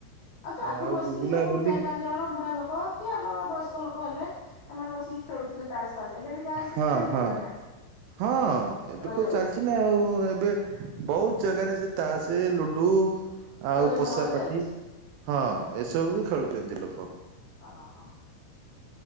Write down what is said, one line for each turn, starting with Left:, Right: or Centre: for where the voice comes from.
Left: ଆଉ ଯୋଉ ଆଗରୁ
Right: ଆଉ
Left: ବସିକି
Right: ବୁଲାବୁଲି
Left: ସବୁ ଚାରି ପାଞ୍ଚ ଜଣ ବୁଢା ଲୋକ କି ଆମର ବୟସ୍କ ଲୋକ ହେଲେ ସେମାନେ ବସିକି ଖେଳୁଥିଲେ ତାସ ଏବେ ବି ଗାଁରେ
Right: ହଁ
Left: ସେମିତି ଚାଲିଛି
Right: ହଁ
Left: ନା ନାଇଁ
Right: ହଁ ଏବେ
Left: ରଜ
Right: କ
Left: ବେଳେ
Right: ଚାଲିଛି ଆଉ ଏବେ ବହୁତ ଜାଗାରେ ସେ ତାସ ଲୁଡୁ ଆଉ
Left: ରଜ
Right: ପୋଷାପାଠି
Left: ସମୟରେ ଚାଲିଛି
Right: ହଁ ଏସବୁ ବି ଖେଳୁଛନ୍ତି ଲୋକ।
Left: ଓ ହୋ।